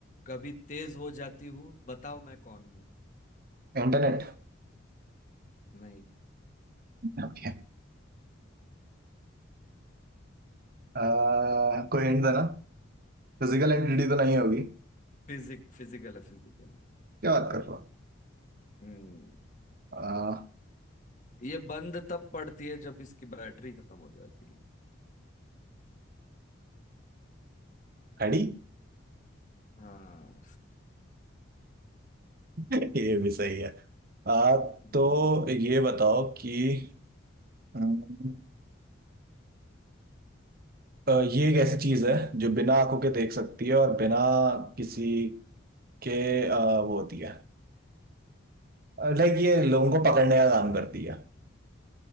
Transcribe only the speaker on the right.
इंटरनेट
ओके आ, कोई हिंट देना फिजिकल एंटिटी तो नहीं होगी क्या
बात कर रहे हो
अह,
हड्डी
<laughs> ये भी सही है आ, तो
ये बताओ कि हम्म, अह, ये एक ऐसी चीज है जो बिना आंखों के देख सकती है और बिना किसी के अ, वो होती है लाइक ये लोगों को पकड़ने का काम करती है